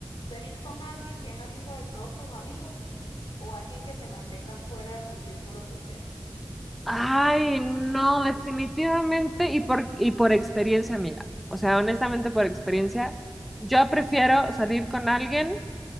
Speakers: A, on the left (about 75°); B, in the centre.
A: ¿Salir con alguien que es amigo de todos tus amigos o alguien que se mantenga fuera de tu círculo social?
B: Ay, no, definitivamente y por, y por experiencia, amiga. O sea, honestamente por experiencia, yo prefiero salir con alguien